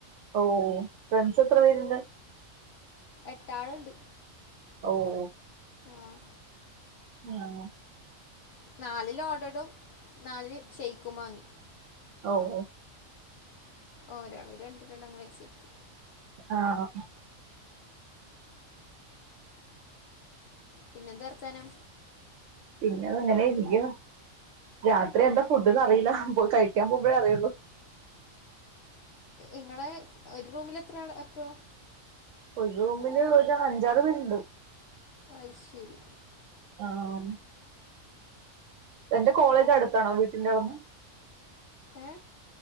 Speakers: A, on the right; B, on the left.
A: ഓഹ്, ഓഹ്!. ഫ്രണ്ട്സ് എത്ര പേരുണ്ട്?
B: എട്ടാളുണ്ട്.
A: ഓ.. ഹ്.
B: ആഹ്
A: യേഹ്.
B: നാല് ലോഡഡും, നാല് ഷൈക്കും മാങ്ങി.
A: ഓഹ്, ഓഹ്!
B: ഓഹ്, ഒരാൾ രണ്ട്, രണ്ട് അങ്ങനെ പൈസട്തു.
A: ആഹ്
B: പിന്നെ എന്താവർത്താനം.
A: പിന്നെ അങ്ങനെയിരിക്കാം. രാത്രി എന്താ ഫുഡ്ന്ന് അറിയില്ല. പോയി കഴിക്കാൻ പോകുമ്പഴേ അറിയുള്ളു.
B: ഇങ്ങളെ, ഒരു റൂമില് എത്രാളാ അപ്പോ?
A: ഒരു റൂമില് ഒരു അഞ്ചാറ് പേരുണ്ട്.
B: അയ് ശെരി.
A: ആഹ്, തന്റെ കോളേജ് അടുത്താണോ? വീട്ടിന്റെ അവിടുന്ന്?
B: ഏഹ്?